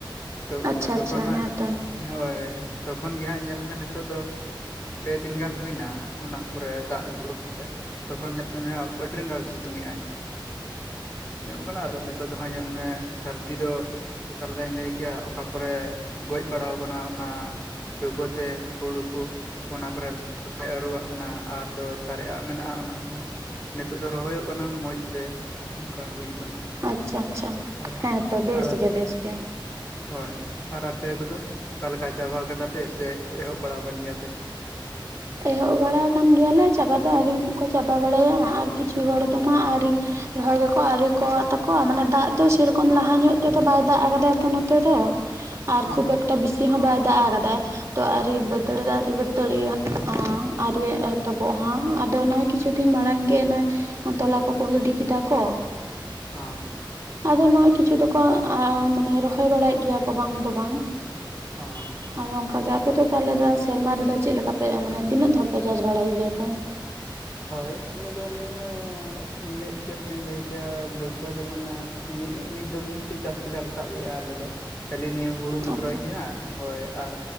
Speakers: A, on the left (about 25°); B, on the right (about 35°).
A: ᱛᱚ
B: ᱟᱪᱪᱷᱟ
A: ᱛᱚᱠᱷᱚᱱ
B: ᱟᱪᱪᱷᱟ
A: ᱦᱟᱸᱜ
B: ᱦᱮᱸᱛᱚ
A: ᱦᱳᱭ ᱛᱚᱠᱷᱚᱱ ᱜᱮ ᱦᱟᱸᱜ ᱧᱮᱞᱢᱮ ᱱᱤᱛᱚᱜ ᱫᱚ ᱯᱮ ᱫᱤᱱ ᱜᱟᱱ ᱦᱩᱭᱱᱟ ᱚᱱᱟ ᱛᱟᱯᱚᱨᱮ ᱫᱟᱜ ᱰᱩᱵᱟᱹ ᱛᱚᱠᱷᱚᱱ ᱧᱮᱞ ᱢᱮ ᱦᱟᱸ ᱟᱹᱰᱤ ᱨᱟᱸᱜᱟᱣ ᱥᱤᱛᱩᱝ ᱮᱜ ᱟᱭ ᱧᱚᱜ ᱠᱟᱱᱟ ᱟᱫᱚ ᱱᱤᱛᱚᱜ ᱫᱚ ᱦᱟᱸᱜ ᱧᱮᱞ ᱢᱮ ᱥᱟᱹᱨᱫᱤ ᱫᱚ ᱚᱠᱟᱞ ᱞᱮᱠᱟᱧ ᱞᱟᱹᱭ ᱠᱮᱭᱟ ᱚᱠᱟ ᱠᱚᱨᱮ ᱜᱚᱡ ᱵᱟᱲᱟᱣ ᱠᱟᱱᱟ ᱚᱱᱟ ᱰᱩᱵᱟᱹ ᱛᱮ ᱦᱩᱲᱩ ᱠᱩ ᱚᱱᱟ ᱠᱚᱨᱮ ᱟᱹᱨᱩᱣᱟᱜ ᱠᱟᱱᱟ ᱟᱨᱫᱚ ᱥᱟᱨᱮᱡᱽ ᱟᱜ ᱢᱮᱱᱟᱜᱼᱟ ᱚᱱᱟ ᱠᱚᱸᱦᱚ ᱱᱤᱛᱚᱜ ᱫᱚ ᱨᱚᱦᱚᱭᱚᱜ ᱠᱟᱱᱟ ᱢᱚᱸᱡᱽ ᱛᱮ ᱱᱚᱝᱠᱟ ᱦᱳᱭᱳᱜ ᱠᱟᱱᱟ
B: ᱟᱪᱪᱷᱟ ᱟᱪᱪᱷᱟ
A: ᱦᱳᱭ
B: ᱦᱮᱸ ᱛᱚ ᱵᱮᱥ
A: ᱟᱨ
B: ᱜᱮ ᱵᱮᱥ ᱜᱮ
A: ᱦᱳᱭ ᱟᱨ ᱟᱯᱮ ᱠᱚᱫᱚ ᱚᱠᱟᱞᱮᱠᱟ ᱪᱟᱵᱟ ᱠᱟᱫᱟ ᱯᱮ ᱥᱮ ᱮᱦᱚᱵ ᱵᱟᱲᱟ ᱟᱠᱟᱱ ᱜᱮᱭᱟᱯᱮ
B: ᱮᱦᱚᱵ ᱵᱟᱲᱟ ᱟᱠᱟᱱ ᱜᱮᱭᱟᱞᱮ ᱪᱟᱵᱟ ᱫᱚ ᱟᱹᱣᱨᱤᱠᱚ ᱪᱟᱵᱟ ᱵᱟᱲᱟᱭᱟ ᱟᱨ ᱠᱤᱪᱷᱩ ᱦᱚᱲ ᱫᱚᱢᱟ ᱟᱹᱣᱨᱤ ᱨᱚᱦᱚᱭ ᱜᱮᱠᱚ ᱟᱹᱣᱨᱤ ᱛᱟᱠᱚᱣᱟ ᱢᱟᱱᱮ ᱫᱟᱜ ᱫᱚ ᱥᱮᱨᱚᱠᱚᱢ ᱞᱟᱦᱟ ᱧᱚᱜ ᱛᱮᱫᱚ ᱵᱟᱭ ᱫᱟᱜ ᱟᱠᱟᱫᱟ ᱱᱚᱛᱮ ᱫᱚ ᱟᱨ
A: ᱦᱳᱭ
B: ᱠᱷᱩᱵ ᱚᱠᱛᱚ ᱵᱮᱥᱤ ᱦᱚᱸ ᱵᱟᱭ ᱫᱟᱜ ᱟᱠᱟᱫᱟ ᱛᱚ ᱟᱨ ᱵᱟᱹᱛᱟᱹᱲᱤ ᱫᱚ ᱟᱨᱤ ᱵᱟᱹᱛᱟᱹᱲᱤᱟᱜ ᱦᱚᱸ ᱟᱹᱣᱨᱤ ᱮᱛᱚᱵᱚᱜ ᱦᱟᱸᱜ ᱟᱫᱚ ᱱᱚᱭ ᱠᱤᱪᱷᱩ ᱫᱤᱱ ᱢᱟᱲᱟᱝ ᱜᱮ ᱱᱚᱭ ᱛᱚᱞᱟ ᱠᱚᱠᱚ ᱜᱤᱰᱤ ᱠᱮᱫᱟ ᱠᱚ ᱾
A: ᱦᱚᱸ ᱾
B: ᱟᱫᱚ ᱱᱚᱜ-ᱚᱭ ᱠᱤᱪᱷᱩ ᱫᱚᱠᱚ ᱢᱟᱱᱮ ᱨᱚᱦᱚᱭ ᱵᱟᱲᱟᱭᱮᱫ ᱜᱮᱭᱟ ᱠᱚ ᱵᱟᱝ ᱫᱚ ᱵᱟᱝ ᱾
A: ᱦᱚᱸ ᱾
B: ᱟᱫᱚ ᱚᱱᱠᱟ ᱜᱮ, ᱟᱯᱮ ᱫᱚ ᱛᱟᱦᱞᱮ ᱫᱚ ᱥᱮᱨᱢᱟ ᱨᱮᱫᱚ ᱪᱮᱫ ᱞᱮᱠᱟ ᱯᱮ, ᱢᱟᱱᱮ ᱛᱤᱱᱟᱹᱜ ᱫᱷᱟᱣ ᱯᱮ ᱪᱟᱥ ᱵᱟᱲᱟᱭ ᱜᱮᱭᱟ ᱯᱮ?
A: ᱦᱳᱭ ᱟᱞᱮ ᱫᱚ ᱱᱤᱭᱟᱹ ᱢᱮᱫ ᱪᱮᱫ ᱞᱮᱠᱟᱧ ᱞᱟᱹᱭ ᱠᱮᱭᱟ ᱵᱚᱪᱷᱚᱨ ᱨᱮ ᱢᱟᱱᱮ ᱢᱤᱫ ᱢᱤᱫ ᱫᱚ ᱢᱤᱫᱴᱮᱡ ᱪᱟᱥ ᱜᱮᱞᱮ ᱨᱟᱠᱟᱵᱮᱫᱼᱟ ᱟᱞᱮᱫ ᱫᱚ ᱠᱷᱟᱹᱞᱤ ᱱᱤᱭᱟᱹ ᱦᱩᱲᱩ ᱢᱚᱛᱨᱚᱡ
B: ᱟᱪᱪᱷᱟ
A: ᱜᱮ ᱦᱟᱸᱜ ᱦᱳᱭ ᱟᱨ